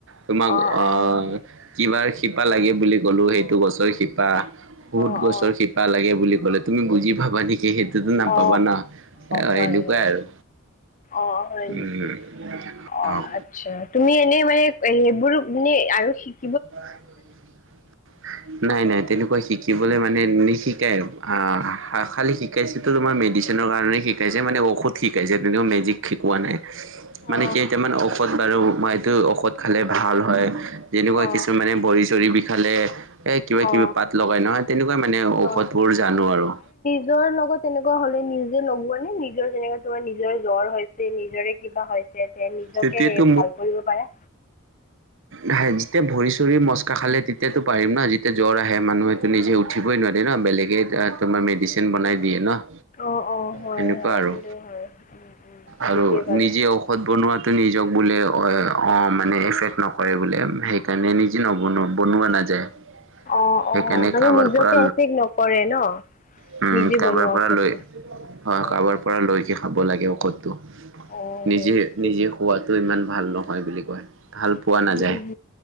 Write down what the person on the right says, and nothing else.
তোমাক
আ
কিবাৰ শিপা লাগে বুলি ক'লোঁ সেইটো গছৰ শিপা। বহুত
গছৰ
শিপা লাগে বুলি ক'লে তুমি বুজি পাবা নেকি সেইটোতো নাপাবা
না। এ অ,
এনেকুৱাই
আৰু
উম
অহ।
<unintelligible> নাই -নাই তেনেকুৱা শিকিবলৈ মানে নিশিকাই আহ খালি শিকাইছিল টো তোমাৰ মেডিচিনৰ কাৰণে শিকাইছে মানে ঔষধ শিকাইছে তেনেকুৱা মেজিক শিকোৱা নাই
মানে কেইটামান ঔষধ বাৰু মই এইটো ঔষধ খালে ভাল হয়। যেনেকৈ
কিছুমানে বৰি চৰি বিষালে এই কিবা-
কিবি পাত লগাই নহয় তেনেকুৱা মানে ঔষধবোৰ
জানো আৰু।
তেতিয়াতো
ধাই যেতিয়া ভৰি চৰি মচকা খালে তেতিয়াতো পাৰিম না যেতিয়া জ্বৰ আহে মানুহেটো নিজে উঠিবই নোৱাৰি। যে ন'বেলেগেই তোমাৰ মেডিচিন বনাই দিয়ে ন'।
সেনেকুৱা
আৰু
-আৰু
নিজে ঔষ ঔষধ বনোৱাটো নিজক বোলে অ, মানে এফেক্ট নকৰে বোলে‌ সেই সেইকাৰণে নিজে নবনোৱা বনোৱা নাযায়।
সেইকাৰণে
কাৰোবাৰ
পৰা
উম
কাৰোবাৰ
পৰা
লৈ হয় কাৰোবাৰ
পৰা লৈকে খাব লাগে ঔষধটো।
নিজে-
নিজে খোৱাটো ইমান ভাল নহয় বুলি কয় ভাল পোৱা
নাযায়।